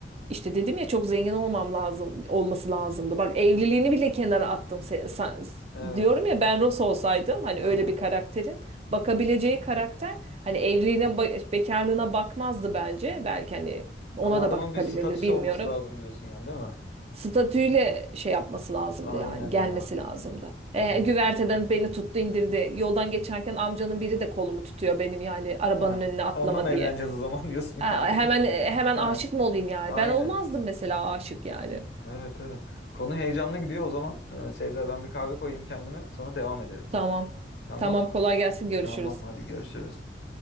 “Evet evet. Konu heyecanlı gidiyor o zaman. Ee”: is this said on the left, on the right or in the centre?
Left